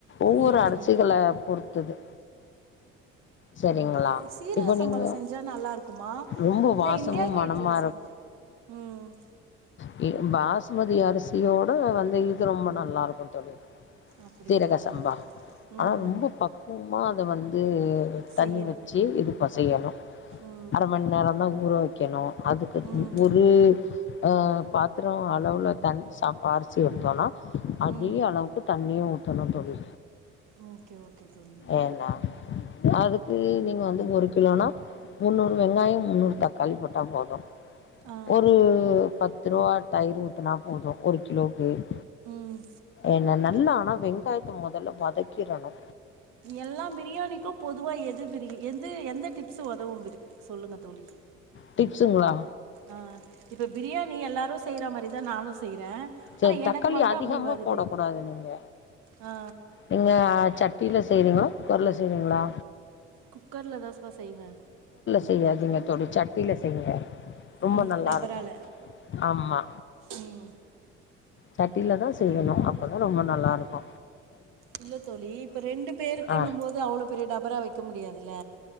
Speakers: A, on the left (about 30°); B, on the right (about 60°).
A: ஒவ்வொரு
B: ம்
A: அரிசிகள
B: ம்
A: பொறுத்தது சரிங்களா
B: ஓகே தோழி சீரக
A: இப்போ
B: சம்பால
A: நீங்க
B: செஞ்சா நல்லா இருக்குமா
A: ரொம்ப
B: இல்ல
A: வாசமும்
B: இ ண்டியா கேட்ல
A: மணமா
B: செஞ்சு ம்
A: க பாஸ்மதி அரிசியோட வந்து இது ரொம்ப நல்லா இருக்கு தோழி
B: அப்டியா
A: சீரக சம்பா
B: ம்
A: ஆனா ரொம்ப பக்குவொ மாதவன் இது தண்ணி
B: செய்யணு
A: வச்சு இது ப செய்யணு
B: ம்
A: அர மணி நேரந்தா ஊற வக் கணு அதுக்கு
B: ம்
A: ஒரு ஆ பாத்ரோ அளவுல தன் சாப் அரிசி ஊத்தனோ அதிக
B: ம்
A: அளவுக்கு தண்ணி ஊத் தணு தோழி
B: ஓகே ஓகே தோழி
A: ஏனா அதுக்கு நீங்க வந்து ஒரு கிலோனா முன்னூறு வெங்காய முன்னூறு தக் காலி போட்டா போதொ
B: ஆ
A: ஒரு பத்து ரூவா தயிர் ஊத்துனா போது ஒரு கிலோ ம்
B: ம்
A: என்ன நல்லா ஆனா வெங்காயத்த மொதல்ல வதக்கிரனு
B: எல்லா பிரியாணிக்கு பொதுவா எது பிரி எது எந்த டிப்ஸ்ஸு ஒதவு பிரி சொல்லுங்க தோழி
A: டிப்ஸுங்ளா
B: ஆஹ் இப்ப பிரியாணி எல்லாரு செய்ற மாரிதா நானு செய்றே
A: செரி
B: ஆனா
A: தக்காளி
B: எனக்கு மட்டு
A: அதிகமா
B: அப்டி வருது
A: போடக்கூடாது நீங்க
B: ஆ
A: நீங்க சட் ட்டீல செய்வீங்களா குக்கர்ல செய்வீங்களா
B: குக்கர்ல தாஸ்ப்பா செய்வே
A: செய்யாதீங்க தொழி சட்டியில செய்ங்க ரொம்ப
B: ம்
A: நல்லாருக்கு
B: டபரால
A: ஆமா
B: ம்
A: சட்டில தா செய்யணு அப்பதா ரொம்ப நல்லாருக்கு
B: இல்ல தோழி இப்ப ரெண்டு பேருக்குன்னும்போது
A: ஆ
B: அவ்வளோ பெரிய டபரா வைக்க முடியாதுல்ல